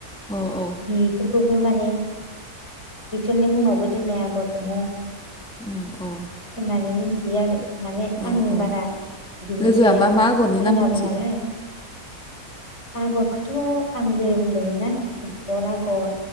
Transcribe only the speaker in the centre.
औ औ
उम औ
औ
औ
लोगोआ
मा मा आगरनि
नाम मिथिगौ